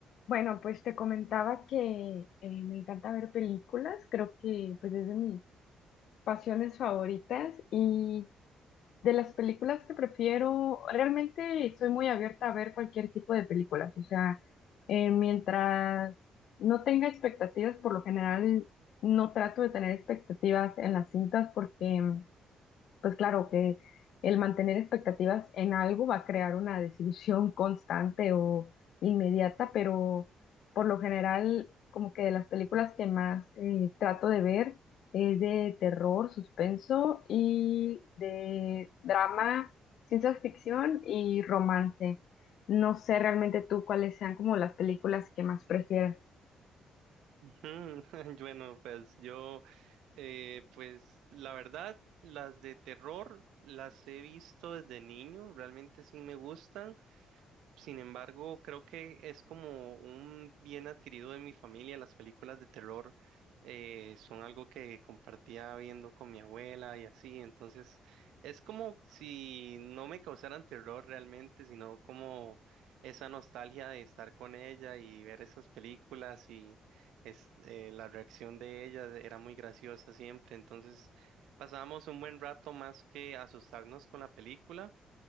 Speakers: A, on the left (about 70°); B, on the right (about 85°).
A: Bueno, pues te comentaba que eh, me encanta ver películas, creo que pues es de mis pasiones favoritas y de las películas que prefiero, realmente soy muy abierta a ver cualquier tipo de películas, o sea, eh, mientras no tenga expectativas, por lo general no trato de tener expectativas en las cintas porque pues claro que el mantener expectativas en algo va a crear una desilusión constante o inmediata, pero por lo general, como que de las películas que más eh, trato de ver es de terror, suspenso y de drama, ciencia ficción y romance. No sé realmente tú cuáles sean como las películas que más prefieras.
B: Mm, <laughs> Bueno, pues yo, eh, pues la verdad, las de terror las he visto desde niño, realmente sí me gustan. Sin embargo, creo que es como un bien adquirido de mi familia. Las películas de terror eh, son algo que compartía viendo con mi abuela y así. Entonces, es como si no me causaran terror realmente, sino como esa nostalgia de estar con ella y ver esas películas y es, eh, la reacción de ella era muy graciosa siempre. Entonces, pasamos un buen rato más que asustarnos con la película